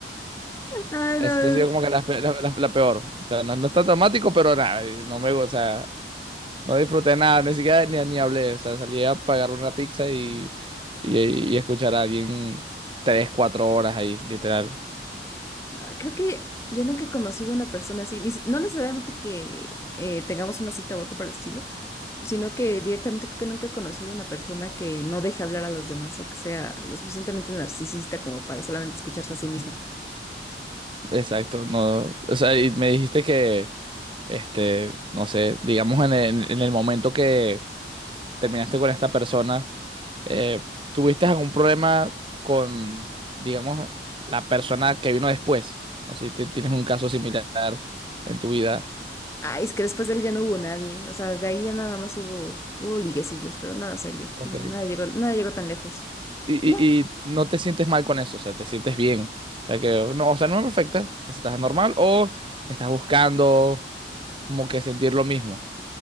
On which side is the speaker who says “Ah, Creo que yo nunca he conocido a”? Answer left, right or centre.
Left